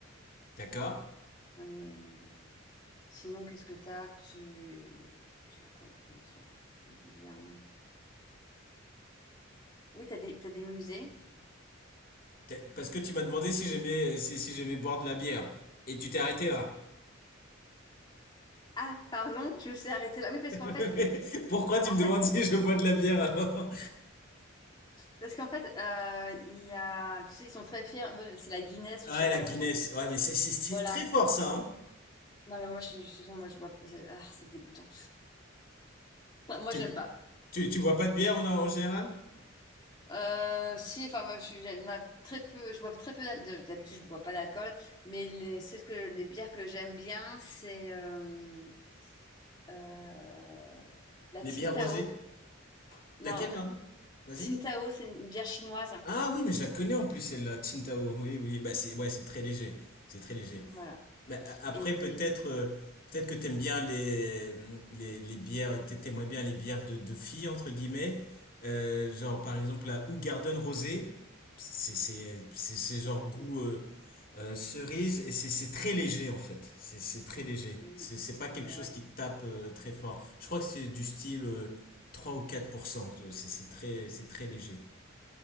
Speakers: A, on the left (about 45°); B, on the left (about 20°).
A: D'accord.
B: Euh, sinon, qu'est-ce que t'as? Tu, tu as quoi d'autre? Dublin. Oui, t'as des, t'as des musées.
A: T'es- Parce que tu m'as
B: Tu
A: demandé
B: peux-
A: si j'aimais si, si j'aimais boire de la bière. Et tu t'es arrêté là.
B: Ah, pardon, je me suis arrêtée là. Oui, parce
A: <laughs>
B: qu'en fait, il-
A: Mais Pourquoi tu
B: en
A: me demandes
B: fait, il-
A: si je bois de la bière alors?
B: parce qu'en fait, euh, il y a, tu sais, ils sont très fiers. Euh, C'est la Guinness
A: Ouais,
B: ou je sais pas
A: la Guinness.
B: quoi, je crois. qu'ils-
A: Ouais, mais c'est c'est- c'est
B: Voilà.
A: très fort ça, hein?
B: Non, mais moi, je, je, de toute façon, moi, je vois, pas- c'est- ah, c'est dégoûtant. Moi, moi,
A: Tu,
B: j'aime pas.
A: tu, tu bois pas de bière en, en général?
B: Euh, si, enfin, moi, je, suis- il y en a très peu, je bois très peu d'al- d'habitude, je bois pas d'alcool, mais les, c'est ce que, les bières que j'aime bien, c'est euh, euh, la
A: Les
B: Tsingtao.
A: bières rosées?
B: Non,
A: Laquelle,
B: <laughs>
A: pardon? Vas-y.
B: Tsingtao, c'est une bière chinoise.
A: Ah oui, mais je la connais en plus celle-là, Tsingtao. Oui, oui, bah c'est ouais, c'est très léger. C'est très léger.
B: Voilà.
A: Mais après,
B: Et
A: peut-être euh, peut-être que t'aimes bien les, les, les bières, t'a- t'aimerais bien les bières de, de filles, entre guillemets. Euh, genre, par exemple, la Hoegaarden Rosé. C'est c'est- c'est- c'est
B: c'est
A: genre
B: pas que.
A: goût euh, euh, cerise et c'est c'est très léger, en fait. C'est c'est très léger.
B: Mm,
A: C'est c'est pas quelque
B: Ouais,
A: chose qui te tape euh, très fort. Je crois que c'est du style euh, 3 ou quatre pour cent C'est c'est très, c'est très léger.